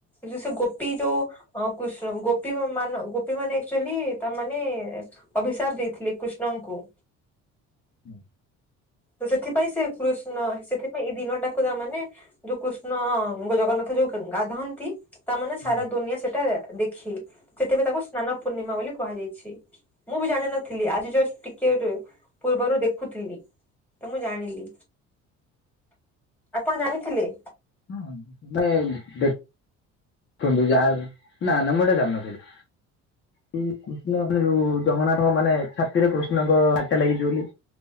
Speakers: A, in the centre; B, on the left.
A: ଏ ଯେ ସେ ଗୋପୀ ଯଉ ଅଁ କୃଷ୍ଣ ଙ୍କୁ ଗୋପୀ ମାନ ଗୋପୀ ମାନେ ଆକଚୁଆଲି ତାମାନେ ଅଭିସାପ ଦେଇଥିଲି କୃଷ୍ଣଙ୍କୁ।
B: ହୁଁ।
A: ତ ସେଥିପାଇଁ ସେ କୃଷ୍ଣ ସେଥିପାଇଁ ଏଇ ଦିନଟାକୁ ତା ମାନେ ଯୋଉ କୃଷ୍ଣଙ୍କ ଜଗନ୍ନାଥ ଯୋଉ ଗାଧାନ୍ତି ତା ମାନେ
B: ଆଜ୍ଞା।
A: ସାରା ଦୁନିଆ ସେଟା ଦେଖେ। ସେଥିପାଇଁ ତାକୁ ସ୍ନାନ ପୂର୍ଣ୍ଣିମା ବୋଲି କୁହାଯାଇଛି। ମୁଁ ବି ଜାଣିିନଥିଲି ଆଜି ଜଷ୍ଟ ଟିକେ ପୂର୍ବରୁ ଦେଖୁଥିଲି। ତ ମୁଁ ଜାଣିଲି, ଆପଣ ଜାଣିଥିଲେ?
B: ହଁ <unintelligible> <unintelligible> ନା ନା ମୁଁ ଏଇଟା ଜାଣନଥିଲି। ସେଇ କୃଷ୍ଣ ମାନେ ଯୋଉ ଜଗନ୍ନାଥଙ୍କ ମାନେ ଛାତିରେ କୃଷ୍ଣଙ୍କ ହାର୍ଟଟା ଲାଗିଛି ବୋଲି।